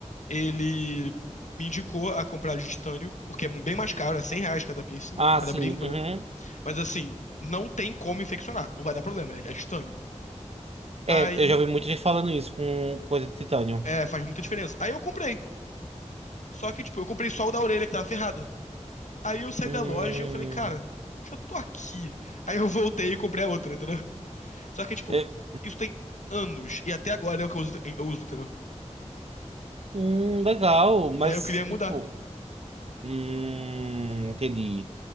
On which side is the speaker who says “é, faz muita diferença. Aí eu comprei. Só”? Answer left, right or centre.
Left